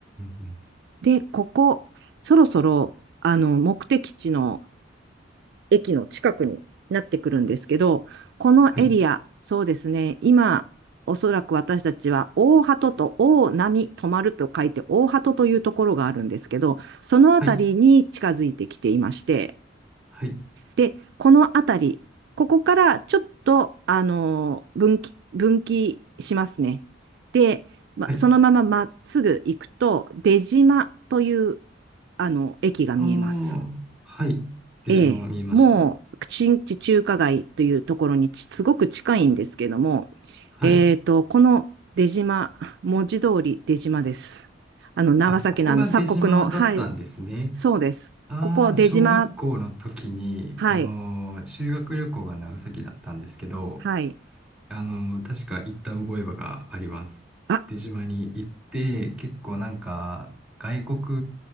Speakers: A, in the centre; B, on the right.
A: うん。
B: で、ここ、そろそろ、あの、目的地の駅の近くになってくるんですけど、このエリア、
A: はい
B: そうですね。今、おそらく私たちは、大鳩と大波止まると書いて、大鳩というところがあるんですけど、そのあたりに近づいてきていまして、
A: はい、はい、
B: で、このあたり、ここからちょっと、あのー分岐、分岐しますね。で、ま、
A: はい。
B: そのまままっすぐ行くと、出島という、あの、駅が見えます。
A: ああ、はい。出島見えました。
B: ええ、もう、新地中華街というところにちすごく近いんですけども、
A: はい。
B: えっと、この出島、文字通り出島です。あの、長崎のあの、
A: あ、ここが出島だったんですね。
B: 鎖国の、はい、そうです。
A: ああ、
B: ここ出島、
A: 小学校の時に、
B: はい、
A: あのー修学旅行が長崎だったんですけど、
B: はい。
A: あのー確か行った覚えがあります。
B: あ、
A: 出島に行って、結構なんか、外国